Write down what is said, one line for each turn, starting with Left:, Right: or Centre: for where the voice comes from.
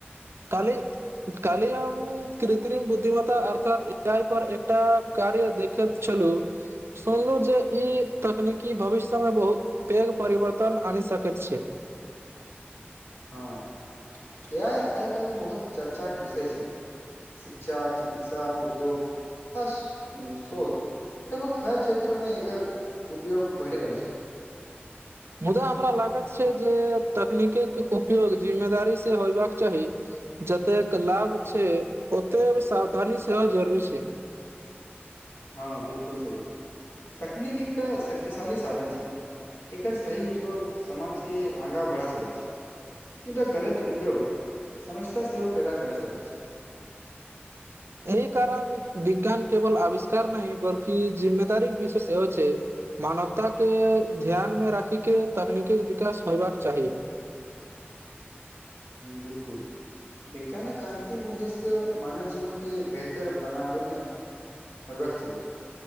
Right: काल्हि काल्हि हम कृत्रिम बुद्धिमता अर्थात ए आइ पर एकटा कार्य देखैत छलू सुनलहु जे ई तकनीकी भविष्य मे बहुत पैघ परिवर्तन आनि सकैत छि
Left: हँ ए आइ आइ काल्ह जे बहुत चर्चाके विषय छै <inaudible> शिक्षा चिकित्सा उद्योग आ शोध लगभग हर क्षेत्रमे एकर उपयोग बढ़ि रहल छै
Right: मुद्दा हमरा लागत छै जे तकनीकक उपयोग जिम्मेदारी से होयबाक चाही जतेक के लाभ छै ओते सावधानी सेहो जरूरी छै
Left: हँ बिलकुल सही तकनीक एकटा शक्तिशाली साधन छै एकर सही उपयोग समाजके आगाँ बढ़ा सकै छै मुदा गलत उपयोग समस्या सेहो पैदा करऽ सकैत छै <inaudible>
Right: एहि कारण विज्ञान केवल आविष्कार नहि बलकि जिम्मेदारी विषे सेहो छै मानवता के ध्यान मे राखी के तकनीकी विकास होयबाक चाही
Left: बिलकुल विज्ञानक अन्तिम उद्देश्य मानव जीवनके बेहतर बनाबनै होयबाक चाही